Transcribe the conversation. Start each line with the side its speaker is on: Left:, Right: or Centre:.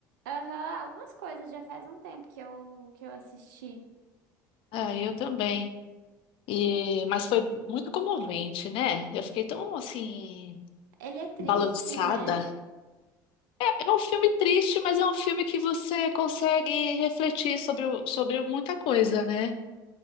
Right: Aham, algumas coisas já faz um tempo que eu, que eu assisti.
Left: Ah, eu também. E... Mas foi muito comovente, né? Eu fiquei tão, assim,
Right: Ele é triste,
Left: balançada
Right: né?
Left: É é um filme triste, mas é um filme que você consegue refletir sobre, o- sobre muita coisa, né?